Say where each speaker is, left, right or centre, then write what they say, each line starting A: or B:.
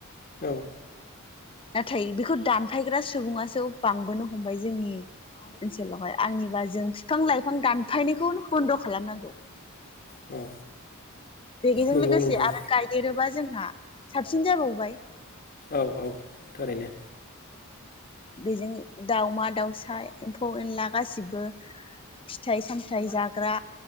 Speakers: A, on the left; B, on the left.
A: औ
B: नाथाय बेखौ दानफायग्रा सुबुङासो बांबोनो हमबाय जोंनि ओन्सोलावहाय आंनिबा जों बिफां लाइफां दानफायनायखौ बन्द खालामनांगौ।
A: औ
B: बेजों
A: नंगौ
B: लोगोसे
A: नोंथां
B: आरो गायदेरोबा जोंहा साबसिन जाबावबाय
A: औ औ थारैनो।
B: बेजों दाउमा दाउसा एम्फौ एनला गासिबो फिथाइ सामथाइ जाग्रा